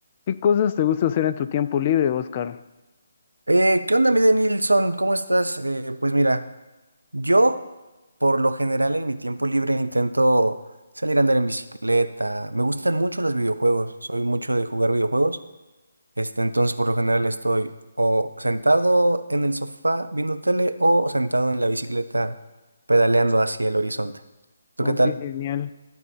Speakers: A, on the left (about 30°); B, on the right (about 75°).
A: ¿Qué cosas te gusta hacer en tu tiempo libre, Oscar?
B: Eh, ¿qué onda, mi Nilsson? ¿Cómo estás? Eh, pues mira, yo por lo general en mi tiempo libre intento salir a andar en bicicleta. Me gustan mucho los videojuegos, soy mucho de jugar videojuegos. Este, entonces por lo general estoy o sentado en el sofá viendo tele o sentado en la bicicleta pedaleando hacia el horizonte. ¿Tú
A: Oh,
B: qué tal?
A: qué genial.